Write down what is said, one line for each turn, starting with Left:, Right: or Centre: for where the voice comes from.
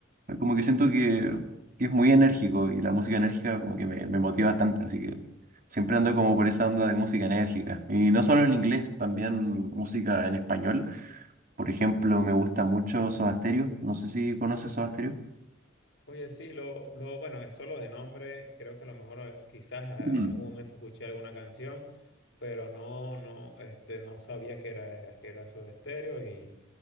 Right: como que siento que, que es muy enérgico y la música enérgica como que me, me motiva bastante, así que siempre ando como por esa onda de música enérgica. Y no solo en inglés, también música en español. Por ejemplo, me gusta mucho Soda Stereo. No sé si conoces Soda Stereo.
Left: Oye, sí, lo, lo, bueno, es solo de nombre, creo que a lo mejor eh, quizás a-
Right: Mm.
Left: en algún momento escuché alguna canción, pero no, no, este, no sabía que era, que era Soda Stereo y,